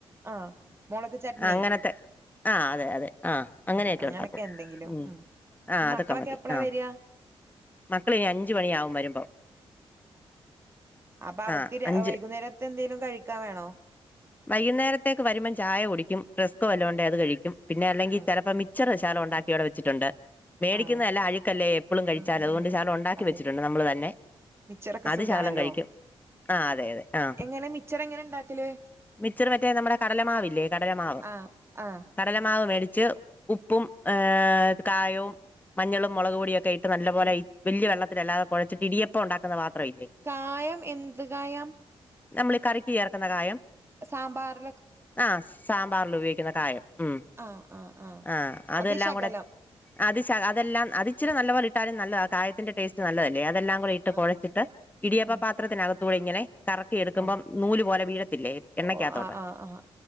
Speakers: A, on the right; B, on the left.
A: ആഹ്. മുളക് ചട്നി
B: അങ്ങനത്തെ ആഹ് അതെ അതെ. ആഹ് അങ്ങനെയൊക്കെ
A: ഉം അങ്ങനൊക്കെ
B: ഉണ്ടാക്കും
A: എന്തെങ്കിലും
B: ഉം ആഹ്
A: ഈ
B: അതൊക്കെ
A: മക്കളൊക്കെ
B: മതി
A: എപ്പളാ
B: ആഹ്.
A: വരിക
B: മക്കളിനി അഞ്ച് മണിയാവും വരുമ്പൊ.
A: അപ്പ അവര്ക്ക്
B: ആഹ്
A: രാ
B: അഞ്ച്
A: വൈകുന്നേരത്തെന്തെലും കഴിക്കാ വേണോ.
B: വൈകുന്നേരത്തേക്ക് വരുമ്പം ചായ കുടിക്ക്യും റെസ്ക് വല്ലോണ്ടേ അത് കഴിക്ക്യും. പിന്നെ അല്ലെങ്കി
A: ഉം
B: ചെലപ്പോ മിച്ചറ് ശകലം ഉണ്ടാക്കി ഇവിടെ വെച്ചിട്ടുണ്ട്. മേടിക്കുന്നല്ല
A: ആഹ്
B: എല്ലാ അഴുക്കല്ലേ എപ്പളും
A: ഉം
B: കഴിച്ചാല്
A: ഉം ഉം
B: അതുകൊണ്ട്
A: ഉം
B: ശകല ഉണ്ടാക്കി
A: അതെ
B: വച്ചിട്ടുണ്ട് നമ്മള് തന്നെ.
A: മിച്ചറൊക്കെ
B: അത്
A: സുഖാണല്ലോ
B: ശകലം കഴിക്കും ആ അതെ അതെ ആ
A: എങ്ങനെ മിച്ചറെങ്ങനെ ണ്ടാക്കല്.
B: മിച്ചർ മറ്റേ നമ്മുടെ കടലമാവില്ലേ കടലമാവും്
A: ആഹ് ആഹ്
B: കടലമാവ് മേടിച്ച് ഉപ്പും കായവും മഞ്ഞളും മുളക് പൊടിയൊക്കെ ഇട്ട നല്ല പോലെ.
A: ഉം
B: വെല്യവെള്ളത്തിലല്ലാതെ കുഴച്ചിട്ട ഇടിയപ്പ ഉണ്ടാക്കുന്ന മാത്ര ഇല്ലേ
A: കായം എന്ത് കായം
B: നമ്മൾ ഈ കറിക്ക് ചേർക്കുന്ന കായം
A: സാമ്പാർ
B: ആഹ സാമ്പാറിൽ ഉപയോഗിക്കുന്ന കായം ഉം
A: ആഹ് ആഹ് ആഹ്
B: ആഹ അതെല്ലാം
A: അത് ശകലം
B: കൂടെ അത് ശ അതല്ലാം അതിച്ചി നല്ലപ പോലെ ഇട്ടാലും നല്ലത ആ കായത്തിന്റെ ടേസ്റ്റ് നല്ലതല്ലേ അതെല്ലാം കൂടെ ഇ്
A: ആഹ്
B: കുഴച്ചിട്ട് ഇടിയപ്പ
A: ഉം
B: പാത്രത്തിനകത്തൂടി ഇങ്ങനെ കറക്കി എടുക്കുമ്പോ
A: ആഹ്
B: നൂല് പോലെ വീഴത്തില്ലേ എണ്ണയ്ക്കകത്തോട്ട്
A: ഓ ആഹ് ആഹ് ആഹ്